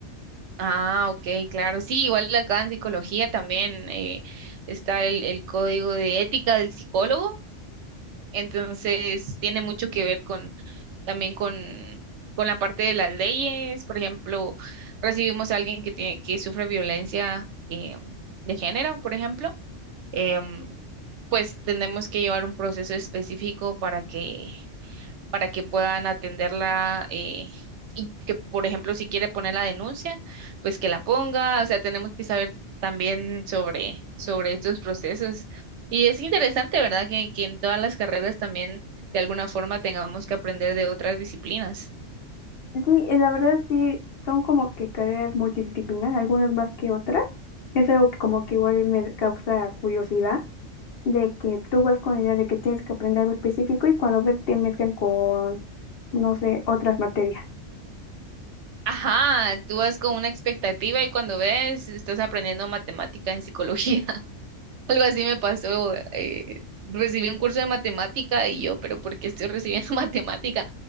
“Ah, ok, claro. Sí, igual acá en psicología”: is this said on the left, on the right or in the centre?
Right